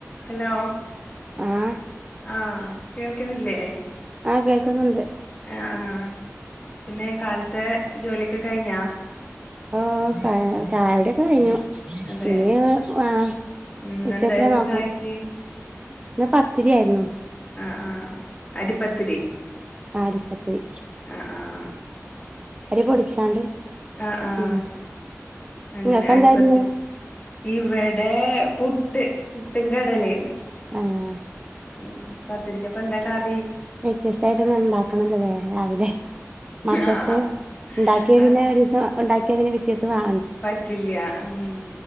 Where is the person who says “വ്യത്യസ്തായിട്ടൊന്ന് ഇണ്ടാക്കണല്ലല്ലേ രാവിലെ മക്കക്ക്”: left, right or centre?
Right